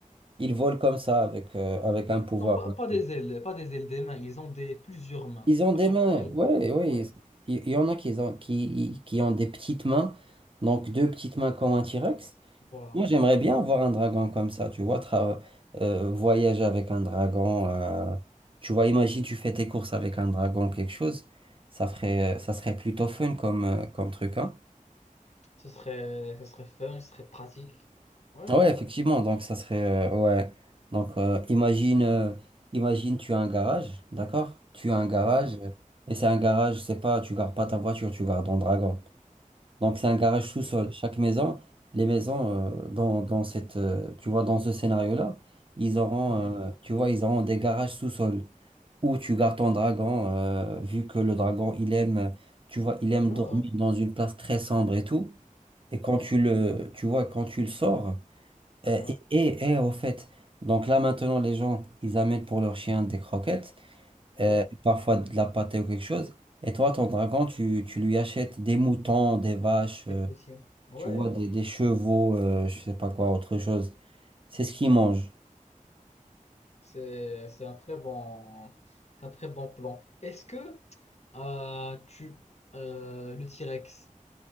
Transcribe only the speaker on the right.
Ils volent comme ça avec, euh, avec un pouvoir.
un
truc.
Ils ont des
mains,
ouais, ouais.
ils- Il il y en a qui ont, qui, qui ont des petites mains, donc deux petites mains comme un T-Rex.
Moi, j'aimerais bien avoir un dragon comme ça, tu vois, tra- euh, voyager avec un dragon. euh, tu vois, imagine, tu fais tes courses avec un dragon, quelque chose. Ça ferait, ça serait plutôt fun comme, euh, comme truc, hein.
Ouais,
effectivement, donc ça serait... euh, ouais. Donc, euh, imagine, euh, imagine, tu as un garage, d'accord? Tu as un garage,
euh, et c'est un garage, c'est pas, tu gardes pas ta voiture, tu gardes ton dragon. Donc, c'est un garage sous-sol.
Chaque maison, les maisons euh, dans, dans cette, euh, tu vois, dans ce scénario-là, ils auront,
euh, tu vois, ils auront des garages sous-sol où tu gardes ton dragon, euh, vu que le dragon, il aime, tu vois, il aime
dormir
dans une place très sombre et tout. Et quand tu le, tu vois, quand tu le sors, euh,
et, et, et au fait, donc là maintenant, les gens, ils amènent pour leur chien des croquettes, euh,
parfois de la pâtée ou quelque chose. Et toi, ton dragon, tu, tu lui achètes des moutons, des vaches. euh,
tu vois, des, des chevaux, euh, je sais pas quoi, autre chose. C'est ce qu'ils mangent.